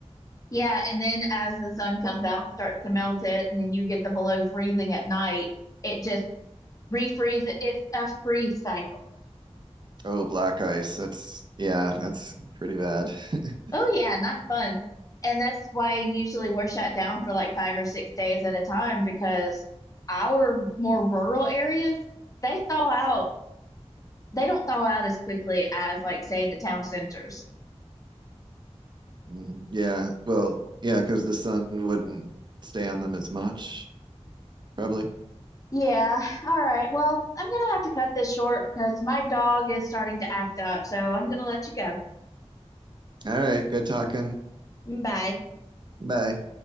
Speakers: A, on the left (about 30°); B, on the right (about 40°).
A: Yeah. And then as the sun comes out and starts to melt it, and then you get the below freezing at night, it just refreezes. It's a freeze cycle.
B: Oh, black ice. That's yeah, that's pretty bad. <laughs>
A: Oh yeah, not fun. And that's why usually we're shut down for like five or six days at a time because our more rural areas, they thaw out. They don't thaw out as quickly as like say the town centers.
B: Mm, Yeah, well, yeah, because the sun wouldn't stay on them as much, probably.
A: Yeah. All right. Well, I'm gonna have to cut this short because my dog is starting to act up, so I'm gonna let you go.
B: All right, good talking.
A: Mm, Bye.
B: Bye.